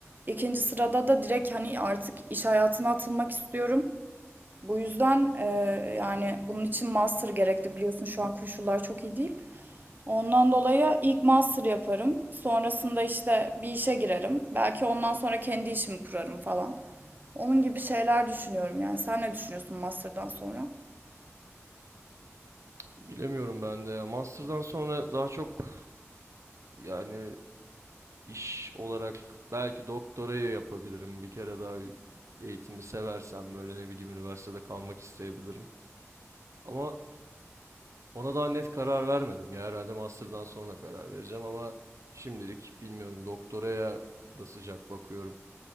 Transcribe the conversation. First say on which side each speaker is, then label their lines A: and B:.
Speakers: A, on the right (about 40°); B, on the right (about 75°).
A: İkinci sırada da direkt hani artık iş hayatına atılmak istiyorum. Bu yüzden e, yani bunun için master gerekli biliyorsun şu an koşullar çok iyi değil. Ondan dolayı ilk master yaparım. Sonrasında işte bir işe girerim. Belki ondan sonra kendi işimi kurarım falan. Onun gibi şeyler düşünüyorum yani. Sen ne düşünüyorsun master'dan sonra?
B: Bilemiyorum ben de ya. Master'dan sonra daha çok yani iş olarak belki doktorayı yapabilirim. Bir kere daha eğitimi seversem böyle ne bileyim üniversitede kalmak isteyebilirim. Ama Ona daha net karar vermedim ya. Herhalde master'dan sonra karar vereceğim ama şimdilik bilmiyorum doktoraya da sıcak bakıyorum.